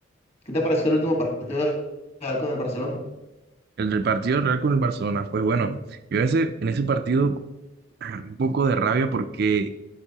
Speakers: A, on the left; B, on the right.
A: ¿Qué te pareció el último partido de Real con el Barcelona?
B: El del partido del Real con el Barcelona. Pues bueno, yo en ese, en ese partido agarré un poco de rabia porque